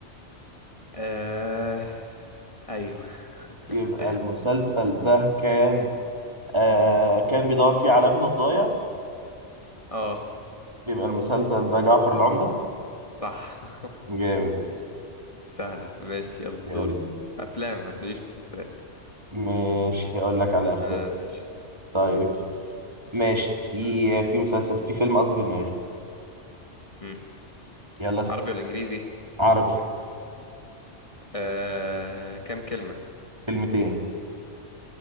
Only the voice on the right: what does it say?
يبقى المسلسل ده كان آه كان بيدور فيه على ابنه الضايع
يبقى المسلسل ده جعفر العمدة
جامد
يلا
ماشي هقول لك على افلام
طيب ماشي في في مسلسل في فيلم قصدي في دماغي
يلا اسأل
عربي
كلمتين